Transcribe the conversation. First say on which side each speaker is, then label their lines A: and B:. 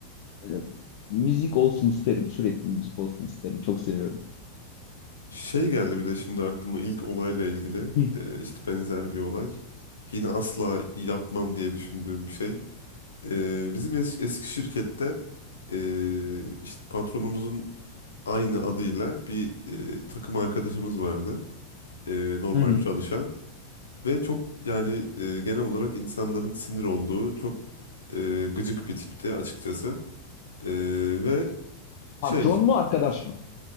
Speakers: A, on the left (about 50°); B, on the left (about 70°).
A: Ee, müzik olsun isterim sürekli müzik olsun isterim çok seviyorum.
B: Şey geldi bir de şimdi aklıma ilk olayla ilgili
A: Hı.
B: e, işte benzer bir olay. Yine asla yapmam diye düşündüğüm bir şey. E, bizim es- eski şirkette e, işte patronumuzun aynı adıyla bir e, takım arkadaşımız vardı. E, normal
A: Hı hı.
B: çalışan ve çok yani e, genel olarak insanların sinir olduğu çok e, gıcık bir tipti açıkçası. Ee, ve Şey,
A: Patron mu arkadaş mı?